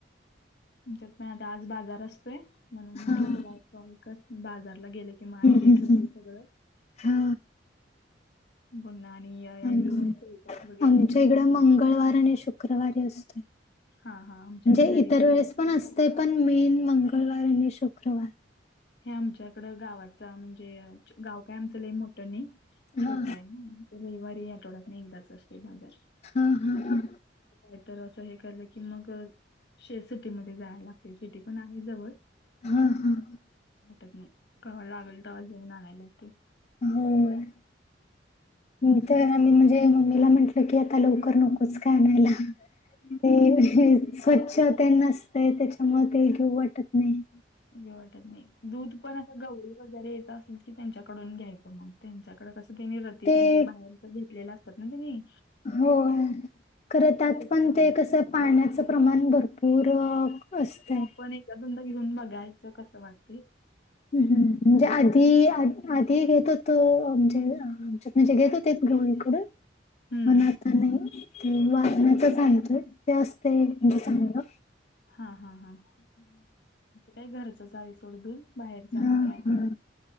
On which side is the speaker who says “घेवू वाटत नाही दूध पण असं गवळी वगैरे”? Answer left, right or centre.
Left